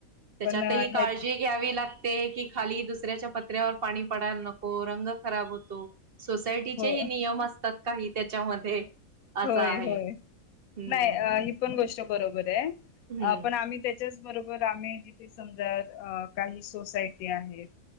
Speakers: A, on the right (about 55°); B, on the left (about 85°).
A: त्याच्यात
B: पण
A: ही
B: ह्या
A: काळजी घ्यावी लागते ते की खाली दुसऱ्याच्या पत्र्यावर पाणी पडायला नको रंग खराब होतो सोसायटीचेही
B: हो
A: नियम असतात काही त्याच्यामध्ये असं
B: होय,
A: आहे
B: होय
A: हम्म,
B: नाही ही पण गोष्ट बरोबर आहे
A: हम्म,
B: पण आम्ही त्याच्याच बरोबर आम्ही जिथे समजा काही सोसायटी आहेत